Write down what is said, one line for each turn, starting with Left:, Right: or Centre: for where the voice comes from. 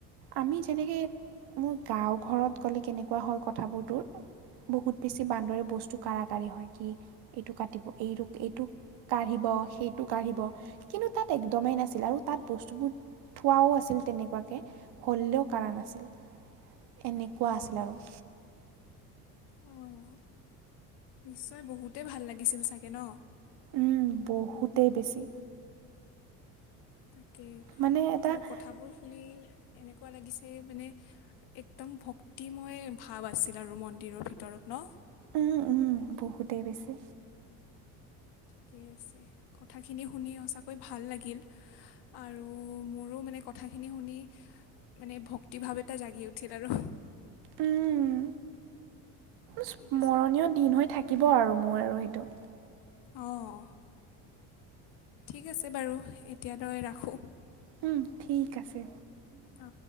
Right: আমি যেনেকে মোৰ গাঁও ঘৰত গ'লে কেনেকুৱা হয় কথাবোৰ তোৰ বহুত বেছি বান্দৰে বস্তু কাঢ়া-কাঢ়ি হয় কি এইটো কাটিব হইটো-এইটোক কাঢ়িব সেইটো, কাঢ়িব কিন্তু তাত একদমেই নাছিল আৰু তাত বস্তুবোৰ থোৱাও আছিল তেনেকুৱাকে হ'লেও কাঢ়া নাছিল। এনেকুৱা আছিল আৰু।
Left: অঁ নিশ্চয় বহুতেই ভাল লাগিছিল চাগে ন?
Right: উম, বহুতেই বেছি!
Left: তাকেই,
Right: মানে এটা
Left: তোৰ কথাবোৰ শুনি এনেকুৱা লাগিছে মানে একদম ভক্তিময় ভাৱ আছিল আৰু মন্দিৰৰ ভিতৰত ন?
Right: উম, উম, বহুতেই বেছি।
Left: ঠিকেই আছে। কথাখিনি শুনি সঁচাকৈ ভাল লাগিল। আৰু মোৰো মানে কথাখিনি শুনি মানে ভক্তিভাৱ এটা জাগি উঠিল আৰু।
Right: উম, স্মৰণীয়
Left: ঠিক আছে
Right: দিন হৈ থাকিব আৰু মোৰ আৰু হেইটো।
Left: অ'। ঠিক আছে বাৰু, এতিয়া দৰে ৰাখোঁ।
Right: উম, ঠিক আছে।
Left: অ'।